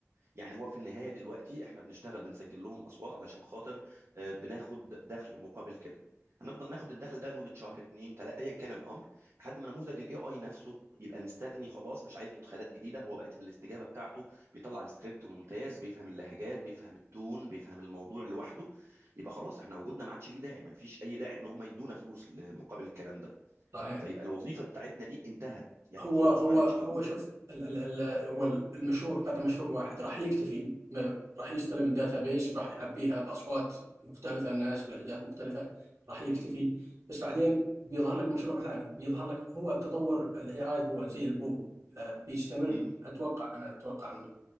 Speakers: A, on the right; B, on the right.
A: يعني هو في النهاية دلوقتي احنا بنشتغل بنسجل لهم اصوات علشان خاطر آه، بناخد دخل مقابل كده هنفضل ناخد الدخل ده لمدة شهر اتنين تلاتة ايا كان الامر لحد ما نموذج الاي اي نفسه يبقى مستغني خلاص مش عايز مدخلات جديدة هو بقت الاستجابة بتاعته بيطلع السكريبت ممتاز بيفهم اللهجات بيفهم التون بيفهم الموضوع لوحده يبقى خلاص احنا وجودنا ما عادش ليه داعي ما فيش اي داعي ان هم يدونا فلوس مقابل الكلام ده
B: صحيح
A: فيبقى الوظيفة بتاعتنا دي انتهت يعني
B: هو
A: خلاص
B: هو
A: ما عادتش موجودة
B: هو شوف ال- ال- ال- هو المشروع هذا مشروع واحد راح يكتفي ما- راح يستلم الداتا بيس وراح يعبيها باصوات مختلفه ناس بلهجات مختلفه راح يكتفي
A: م- م-
B: بس بعدين بيظهر لك مشروع ثاني بيظهر لك هو تطور الاي اي هو زي البوم آه، بيستمر
A: م-
B: اتوقع انا اتوقع من